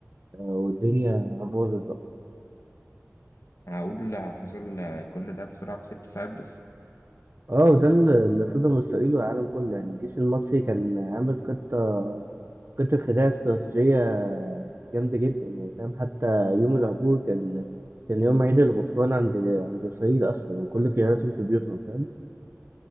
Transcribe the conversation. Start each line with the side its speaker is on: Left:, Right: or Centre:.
Right: آه، والدنيا باظت بقى
Left: هقول حصل آه، كل ده بسرعة في ست ساعات بس
Right: اه وده اللي اللي صدم إسرائيل والعالم كله يعني الجيش المصري كان عامل خطة كنت في خداع استراتيجية جامدة جدا يعني فاهم حتى يوم العبور كان كان يوم عيد الغفران عند عند إسرائيل أصلا وكل قياداتهم في بيوتهم فاهم